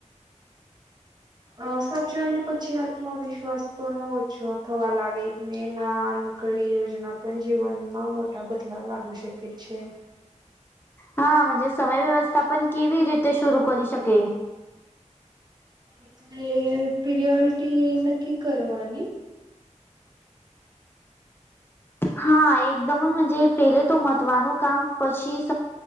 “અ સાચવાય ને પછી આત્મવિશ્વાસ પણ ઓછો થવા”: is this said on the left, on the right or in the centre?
Right